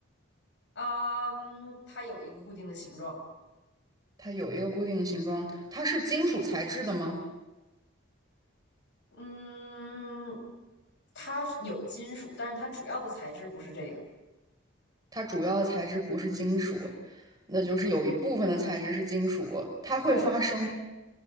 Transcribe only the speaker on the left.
啊，嗯它有一个固定的形状，
嗯，它有金属，但是它主要的材质不是这个。
对，